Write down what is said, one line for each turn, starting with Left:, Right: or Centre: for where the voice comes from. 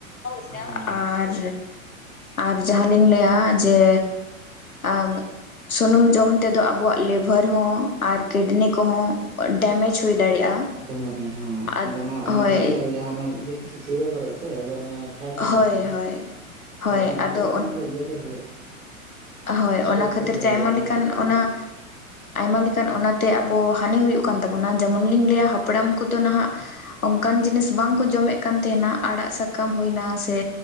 Right: ᱦᱳᱭ
Left: <unintelligible> ᱟᱨ ᱟᱨ ᱡᱟᱦᱟᱸᱞᱤᱧ ᱞᱟᱹᱭᱟ ᱡᱮ ᱟᱨ ᱥᱩᱱᱩᱢ ᱡᱚᱢ ᱛᱮᱫᱚ ᱟᱵᱚᱣᱟᱜ ᱞᱮᱵᱷᱟᱨ ᱦᱚᱸ ᱟᱨ ᱠᱤᱰᱱᱤ ᱠᱚᱦᱚᱸ ᱰᱮᱢᱮᱡᱽ ᱦᱩᱭ ᱫᱟᱲᱮᱭᱟᱜᱼᱟ
Right: ᱡᱚᱢᱚᱜ ᱠᱟᱱᱟ ᱦᱟᱸᱜ
Left: ᱟᱨ
Right: ᱟᱫᱚ ᱚᱱᱟ ᱚᱱᱟ
Left: ᱦᱳᱭ
Right: ᱵᱷᱤᱛᱤᱨ ᱨᱮ ᱡᱟᱦᱟᱸ ᱚᱱᱟ ᱤᱭᱟᱹ ᱠᱚ ᱥᱤᱨᱟᱹ ᱠᱚᱨᱮ ᱥᱮ ᱟᱫᱚ ᱚᱱᱟ ᱯᱷᱮᱰ ᱡᱚᱝᱟᱜ
Left: ᱦᱳᱭ
Right: ᱠᱟᱱᱟ
Left: ᱦᱳᱭ ᱦᱳᱭ
Right: ᱟᱨ ᱚᱱᱟ ᱠᱷᱟᱹᱛᱤᱨ
Left: ᱟᱫᱚ
Right: ᱫᱚ ᱚᱱᱟ ᱫᱚ ᱤᱭᱟᱹ ᱫᱚ ᱦᱩᱭᱩᱜᱼᱟ᱾
Left: ᱦᱳᱭ
Right: ᱥᱴᱳᱠ
Left: ᱚᱱᱟ
Right: ᱠᱚᱫᱚ
Left: ᱠᱷᱟᱹᱛᱤᱨ
Right: ᱦᱩᱭᱩᱜᱼᱟ
Left: ᱛᱮ ᱟᱭᱢᱟ
Right: ᱚᱱᱟ
Left: ᱞᱮᱠᱟᱱ
Right: ᱠᱷᱟᱹᱛᱤᱨ ᱜᱮ
Left: ᱚᱱᱟ ᱟᱭᱢᱟ ᱞᱮᱠᱟᱱ ᱚᱱᱟᱛᱮ ᱟᱵᱚ ᱦᱟᱹᱱᱤ ᱦᱩᱭᱩᱜ ᱠᱟᱱ ᱛᱟᱵᱚᱱᱟ ᱡᱮᱢᱚᱱ ᱞᱤᱧ ᱞᱟᱹᱭᱟ <unintelligible> ᱦᱟᱯᱲᱟᱢ ᱠᱚᱫᱚ ᱱᱟᱦᱟᱜ ᱚᱱᱠᱟᱱ ᱡᱤᱱᱤᱥ ᱵᱟᱝᱠᱚ ᱡᱚᱢᱮᱫ ᱠᱟᱱ ᱛᱟᱦᱮᱱᱟ ᱟᱲᱟᱜ ᱥᱟᱠᱟᱢ ᱦᱩᱭᱱᱟ ᱥᱮ